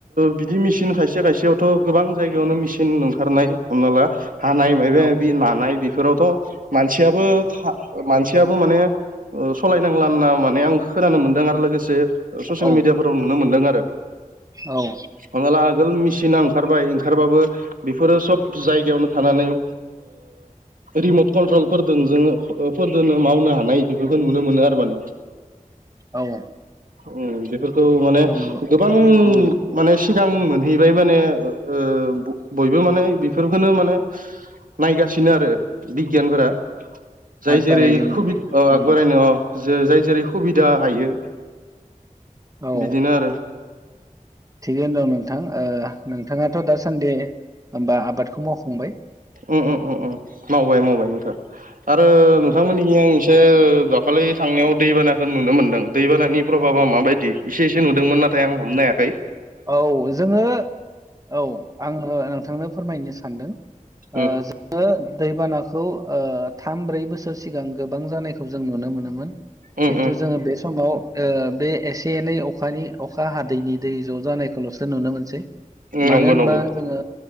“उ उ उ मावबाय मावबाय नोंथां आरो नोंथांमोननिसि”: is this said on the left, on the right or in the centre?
Right